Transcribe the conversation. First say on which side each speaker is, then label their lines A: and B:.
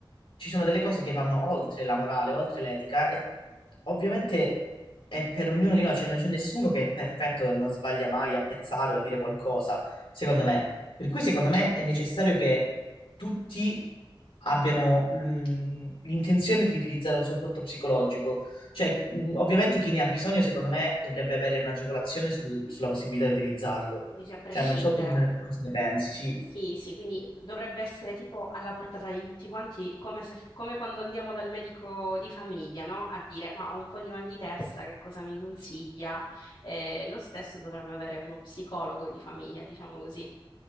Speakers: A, on the left (about 80°); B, on the left (about 60°).
A: ci sono delle cose che vanno oltre la morale, oltre l'etica e ovviamente è per ognuno di noi, cioè non c'è nessuno che è perfetto e non sbaglia mai a pensare o a dire qualcosa, secondo me. Per cui secondo me è necessario che tutti abbiano mm, l'intenzione di utilizzare un supporto psicologico. Cioè, mm, ovviamente chi ne ha bisogno, secondo me, dovrebbe avere un'agevolazione sul- sulla possibilità di utilizzarlo.
B: Dici a prescindere.
A: Cioè, non so tu cosa ne, cosa ne pensi, sì,
B: Sì, sì, quindi dovrebbe essere tipo alla portata di tutti quanti, come se, come quando andiamo dal medico di famiglia, no? A dire, ma ho un po' di mal di testa, che cosa mi consiglia? Eh, lo stesso dovremmo avere uno psicologo di famiglia, diciamo così,